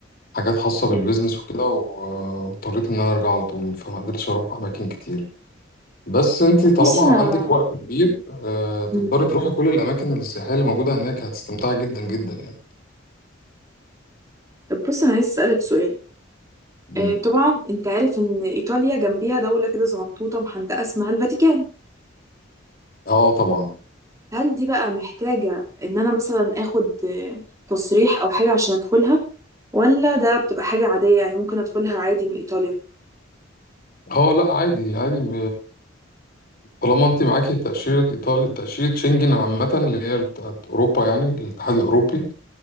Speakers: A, on the left; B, on the right.
A: حاجات خاصة بالبيزنس
B: مم.
A: وكده و- واضطريت إن أنا أرجع على طول فما قدرتش أروح أماكن كتير بس أنت طالما
B: بص انا
A: عندك وقت كبير آه، تقدري
B: مم.
A: تروحي كل الأماكن السياحية اللي موجودة هناك هتستمتعي جدا جدا يعني
B: طب بص انا عايزه اسالك سؤال
A: مم.
B: آه طبعا انت عارف ان ايطاليا جنبيها دوله كده صغنطوطه محندقه اسمها الفاتيكان
A: اه طبعا
B: هل دي بقى محتاجه ان انا مثلا اخد آه، تصريح او حاجه عشان ادخلها ولا ده بتبقى حاجه عاديه يعني ممكن ادخلها عادي من ايطاليا
A: اه لا عادي عادي ب... طالما انت معاكي تأشيرة ايطالي تأشيرة شنجن عامة اللي هي بتاعت اوروبا يعني الاتحاد الاوروبي